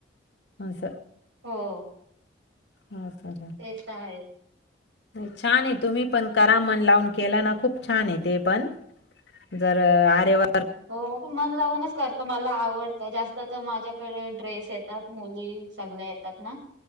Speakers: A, on the left (about 65°); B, on the right (about 80°).
A: अस
B: हो
A: हो सर
B: ते तर आहे.
A: <unintelligible> छान आहे तुम्ही पण करा मन लावून केलं ना खूप छान आहे ते पण, जर आरेवा
B: हो मन लावूनच करते तर मला आवडतं जास्त तर माझ्याकडे ड्रेस येतात मुली सगळ येतात ना,